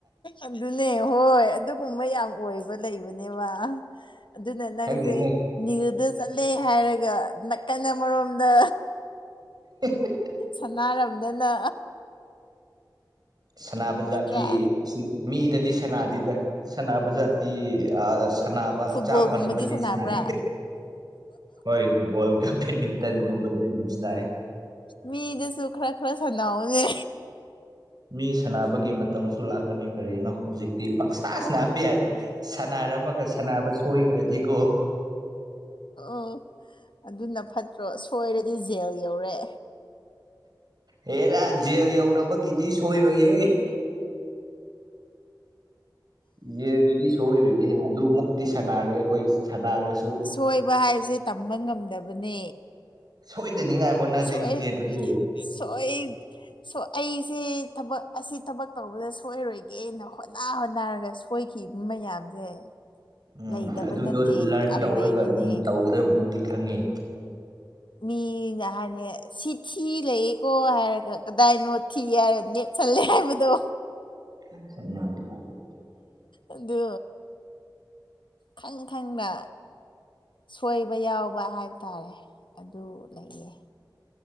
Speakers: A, on the left; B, on the right.
A: ꯑꯗꯨꯅꯦ ꯍꯣꯏ ꯑꯗꯨꯒꯨꯝꯕ ꯌꯥꯝ ꯑꯣꯏꯕ ꯂꯩꯕꯅꯦꯕ ꯑꯗꯨꯅ ꯅꯪꯁꯦ
B: ꯈꯪꯗꯦꯅꯦ
A: ꯅꯤꯌꯜꯗ ꯆꯠꯂꯦ ꯍꯥꯏꯔꯒ ꯅꯥꯀꯟ ꯑꯃꯔꯣꯝꯗ
B: <unintelligible>
A: ꯁꯥꯟꯅꯔꯝꯗꯅ
B: ꯁꯥꯅꯕ
A: ꯅꯠꯇ꯭ꯔꯥ
B: ꯖꯥꯇꯤ ꯁꯤ ꯃꯤꯗꯗꯤ ꯁꯅꯥꯗꯦꯗ ꯁꯥꯅꯕ ꯖꯥꯇꯤ ꯑꯥ ꯁꯥꯟꯅꯕ ꯍꯛꯆꯥꯡ
A: ꯐꯨꯠꯕꯣꯜꯒꯨꯝꯕꯗꯤ
B: ꯐꯅꯕꯗꯤ
A: ꯁꯥꯟꯅꯕ꯭ꯔꯥ
B: ꯁꯥꯟꯅꯥꯏ ꯍꯣꯏ ꯕꯣꯜꯒ ꯕꯦꯗꯃꯤꯟꯇꯟꯒꯨꯝꯕꯗꯤ ꯑꯗꯨꯝ ꯁꯥꯅꯥꯏ
A: ꯃꯤꯗꯨꯁꯨ ꯈꯔ ꯈꯔ ꯁꯥꯟꯅꯧꯅꯦ
B: ꯃꯤ ꯁꯥꯟꯅꯕꯒꯤ ꯃꯇꯝꯁꯨ ꯂꯥꯛꯀꯅꯤ ꯀꯔꯤꯅꯣ ꯍꯧꯖꯤꯛ ꯄꯪꯁꯥ ꯁꯥꯅꯥꯕ ꯌꯥꯗꯦ ꯁꯅꯔꯝꯃꯒ ꯁꯥꯟꯅꯕ ꯁꯣꯏꯈ꯭ꯔꯗꯤꯀꯣ
A: ꯎꯝ ꯑꯗꯨꯅ ꯐꯠꯇ꯭ꯔꯣ ꯁꯣꯏꯔꯗꯤ ꯖꯦꯜ ꯌꯧꯔꯦ
B: ꯍꯦꯔꯥ ꯖꯦꯜ ꯌꯧꯅꯕꯒꯤꯗꯤ ꯁꯣꯏꯔꯣꯏꯍꯦ ꯌꯦꯟꯒꯤꯗꯤ ꯁꯣꯏꯔꯣꯏꯅꯦꯍꯦ ꯑꯗꯨ ꯃꯨꯛꯇꯤ ꯁꯥꯟꯅꯔꯣꯏ ꯑꯩꯈꯣꯏ ꯁꯥꯟꯅꯔꯁꯨ
A: ꯁꯣꯏꯕ ꯍꯥꯏꯕꯁꯦ ꯇꯝꯕ ꯉꯝꯗꯕꯅꯦ
B: ꯁꯣꯏꯗꯅꯤꯡꯉꯥꯏ ꯍꯣꯠꯅꯗꯣꯏꯅꯤꯅꯦ
A: ꯁꯣꯛꯑꯦ
B: ꯑꯗꯨꯗꯣ
A: ꯁꯣꯏ ꯁꯣ ꯑꯩꯁꯦ ꯊꯕꯛ ꯑꯁꯤ ꯊꯕꯛ ꯇꯧꯕꯗ ꯁꯣꯏꯔꯣꯏꯒꯦꯅ ꯍꯣꯠꯅ ꯍꯣꯠꯅꯔꯒꯁꯨ ꯁꯣꯏꯈꯤꯕ ꯃꯌꯥꯝꯁꯦ
B: ꯎꯝ
A: ꯂꯩꯇꯕ
B: ꯑꯗꯨꯗꯣ
A: ꯅꯠꯇꯦ
B: ꯂꯔꯟ
A: ꯌꯥꯝ
B: ꯇꯧꯔꯒ
A: ꯂꯩꯕꯅꯦ
B: ꯑꯗꯨꯝ ꯇꯧꯒꯗꯕꯗꯨꯗꯤ ꯈꯪꯉꯦ
A: ꯃꯤꯅ ꯍꯥꯏꯅꯤ ꯁꯤꯊꯤ ꯂꯩꯌꯦꯀꯣ ꯍꯥꯏꯔꯒ ꯀꯗꯥꯏꯅꯣ ꯊꯤ ꯍꯥꯏꯔ ꯅꯦꯠꯁꯜꯂꯦ ꯍꯥꯏꯕꯗꯣ
B: <inaudible>
A: ꯑꯗꯨ ꯈꯪ ꯈꯪꯅ ꯁꯣꯏꯕ ꯌꯥꯎꯕ ꯍꯥꯏꯕ ꯇꯥꯔꯦ ꯑꯗꯨ ꯂꯩꯌꯦ